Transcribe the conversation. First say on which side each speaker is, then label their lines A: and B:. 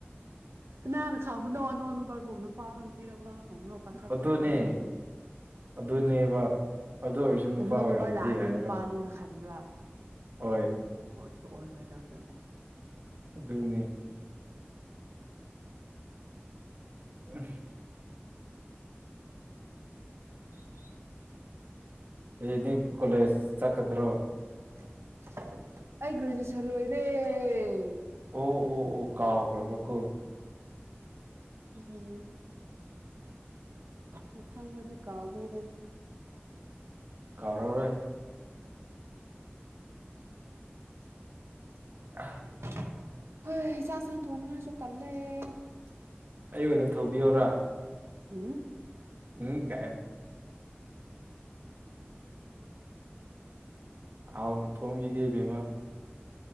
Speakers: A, on the right; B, on the right.
A: ꯀꯅꯥꯅ ꯈꯪꯕꯅꯣ ꯅꯟꯖꯣꯟ ꯅꯝꯕꯔ ꯕꯨ ꯅꯨꯄꯥ ꯔ ꯅꯨꯄꯤ ꯔ ꯀꯅꯥ
B: ꯑꯗꯨꯅꯦ
A: ꯈꯪꯕꯅꯣ
B: ꯑꯗꯨꯅꯦꯕ ꯑꯗꯨ ꯑꯣꯏꯔꯁꯨ ꯅꯨꯄꯥ
A: ꯑꯟꯅꯣꯠ
B: ꯑꯣꯏꯔꯝꯕꯗꯤ
A: ꯅꯝꯕꯔ ꯂꯥꯛꯑꯗꯤ
B: ꯌꯥꯏꯑꯕ
A: ꯅꯨꯄꯥꯅꯦꯅꯥ ꯈꯟꯕꯔꯥ
B: ꯍꯣꯏ
A: ꯑꯣꯢꯁꯨ ꯑꯣꯏꯔꯣꯢꯗꯕꯗ
B: ꯑꯗꯨꯅꯦ ꯎꯝ
A: <inaudible>
B: ꯍꯌꯦꯡꯗꯤꯀꯣꯂꯦꯁ
A: ꯎꯝ
B: ꯆꯠꯀꯗ꯭ꯔꯣ
A: <unintelligible>
B: ꯑꯣ ꯑꯣ ꯑꯣ ꯀꯥꯎꯈ꯭ꯔꯕ ꯀꯣ
A: ꯎꯝ ꯃꯊꯪꯗꯗꯤ ꯀꯥꯎꯕꯤꯔꯅꯨ
B: ꯀꯥꯎꯔꯔꯣꯏ
A: <inaudible>
B: <inaudible>
A: <unintelligible>
B: ꯑꯩ ꯑꯣꯏꯅ ꯊꯧꯕꯤꯌꯣꯔ
A: ꯎꯝ
B: ꯎꯝ ꯀꯥꯏ ꯑꯥꯎꯅ ꯊꯣꯝꯕꯤꯒꯦ ꯢꯕꯦꯝꯃꯥ